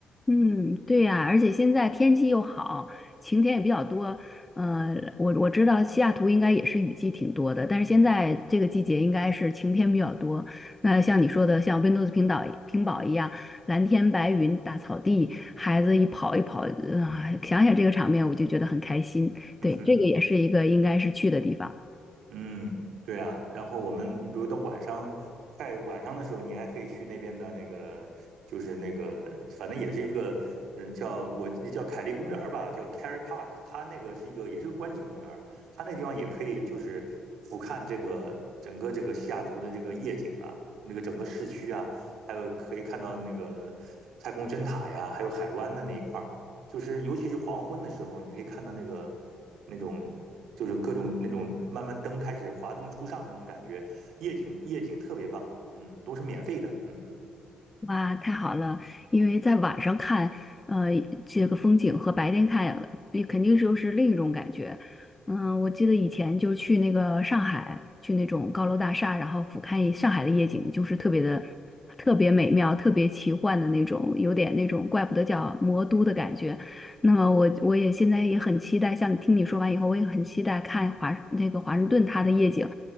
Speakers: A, on the left (about 15°); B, on the right (about 80°).
A: 嗯，对呀，而且现在天气又好，晴天也比较多。呃，我我知道西雅图应该也是雨季挺多的，但是现在这个季节应该是晴天比较多。那像你说的，像温哥斯平岛平堡一样，蓝天白云、大草地，孩子一跑一跑，啊、想想这个场面，我就觉得很开心。
B: 嗯哼。
A: 对，这个也是一个应该是去的地方。
B: 嗯，对啊，然后我们，你比如到晚上，快晚上的时候，你还可以去那边的那个，就是那个，反正也是一个，呃，叫我叫凯利公园儿吧，叫 Kerry Park，它那个是一个，也是个观景公园儿它那地方也可以就是俯瞰这个整个这个西雅图的这个夜景啊，那个整个市区啊，还有可以看到那个太空针塔呀，还有海湾的那一块儿。就是尤其是黄昏的时候，你可以看到那个那种就是各种那种慢慢灯开始华灯初上的那种感觉，夜景夜景特别棒，嗯，都是免费的，嗯。
A: 哇，太好了！因为在晚上看，呃，这个风景和白天看，也肯定是又是另一种感觉。嗯，我记得以前就去那个上海，去那种高楼大厦，然后俯瞰上海的夜景，就是特别的、特别美妙、特别奇幻的那种，有点那种怪不得叫魔都的感觉。那么我我也现在也很期待，像听你说完以后，我也很期待看华那个华盛顿它的夜景，